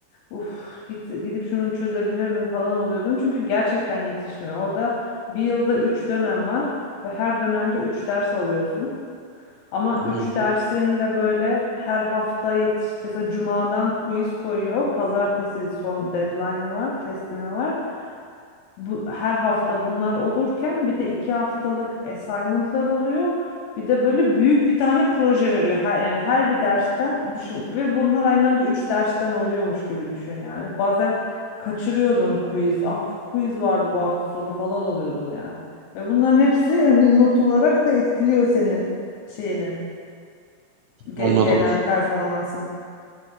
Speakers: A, on the left; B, on the right.
A: Uf, git, gidip şunu çözebilirdim falan oluyordum. Çünkü gerçekten yetişmiyor. Orada bir yılda 3 dönem var ve her dönemde 3 ders alıyorsun. Ama üç
B: Hı hı.
A: dersin de böyle her hafta yetiş mesela cumadan quiz koyuyor. Pazartesi son deadline'ı var, teslimi var. bu her hafta bunlar olurken bir de iki haftalık assignment'lar oluyor. Bir de böyle büyük bir tane proje veriyor. Her, yani her bir dersten düşün ve bunlar aynı anda üç dersten oluyormuş gibi düşün yani. Bazen kaçırıyordum quiz. Ah quiz vardı bu hafta sonu falan oluyordum yani. Ve bunların hepsi hani not olarak da etkiliyor senin şeyini, ge-
B: Anladım.
A: genel performansını.